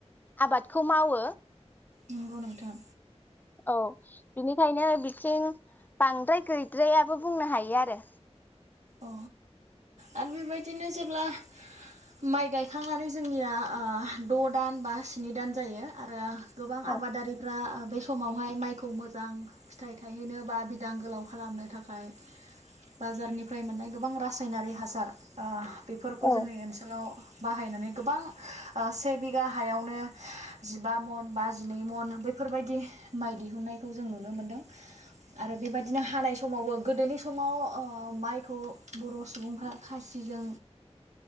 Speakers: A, on the left; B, on the right.
A: आबाद खौ मावो।
B: नंगौ नोंथां।
A: औ बिनि ओंखायनो बिथिं बांद्राय गैद्रायाबो बुंनो हायो आरो।
B: अ आरो बेबायदिनो जेब्ला माइ गायखांनानै जोंनिया द दान बा स्नि दान जायो आरो गोबां
A: औ
B: आबादारिफ्रा बे समावहाय माइखौ मोजां फिथाइ थायहैनो बा बिदां गोलाव खालामनो थाखाय बाजारनि फ्राय मोननाय गोबां रासायनारि हासार ओ बेफोरखौ
A: औ
B: जोंनि ओनसोलाव बाहायनानै गोबां से बिगा हायावनो जिबा मन बा जिनै मन बैफोरबायदि माइ दिहुनन्नायखौ जों नुनो मोनदों आरो बेबायदिनो हानाय समावबो गोदोनि समाव ओ माइ खौ बर' सुबुंफ्रा खासिजों